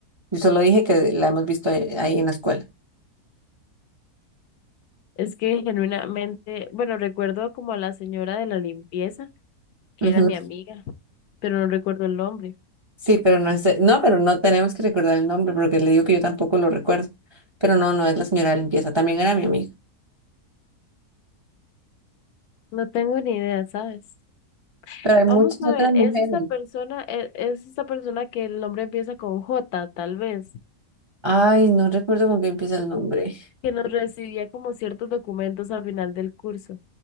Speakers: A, on the right; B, on the left.
A: Yo solo dije que la hemos visto ahí ahí en la escuela.
B: Es que genuinamente, bueno, recuerdo como a la señora de la limpieza, que
A: Ujú.
B: era mi amiga. pero no recuerdo el nombre.
A: Sí, pero no es no, pero no tenemos que recordar el nombre porque le digo que yo tampoco lo recuerdo. Pero no, no es la señora de limpieza, también era mi amiga.
B: No tengo ni idea, ¿sabes?
A: Pero hay muchas
B: Vamos a
A: otras
B: ver,
A: mujeres.
B: es esta persona, e- es esta persona que el nombre empieza con J, tal vez,
A: Ay, no recuerdo con qué empieza el nombre.
B: que nos recibía como ciertos documentos al final del curso.